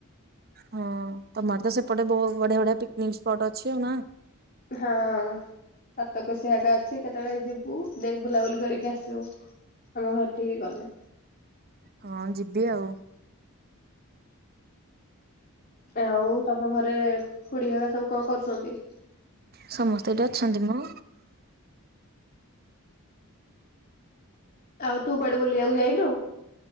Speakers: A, on the right; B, on the left.
A: ହଁ ତମର ତ ସେପଟେ ବହୁତ ବଢିଆ ବଢିଆ ପିକ୍ନିକ ସ୍ପଟ ଅଛି ଆଉ ନା?
B: ହଁ। ସାତକୋସିିଆ ହେକା ଅଛି କେତେବେଳେ ଯିବୁ ଦେଖ୍ ଯିବୁ ବୁଲାବୁଲି କରିକି ଆସିବୁ। ଆମ ଘର ଠିକ ଗଲେ।
A: ହଁ ଯିବି ଆଉ।
B: ଆଉ ତମ ଘରେ ଖୁଡି ହେକା ସବୁ କଣ କରୁଛନ୍ତି?
A: ସମସ୍ତେ ଏଠି ଅଛନ୍ତି ମ।
B: ଆଉ ତୁ କୁଆଡେ ବୁଲିବାକୁ ଯାଇନୁ?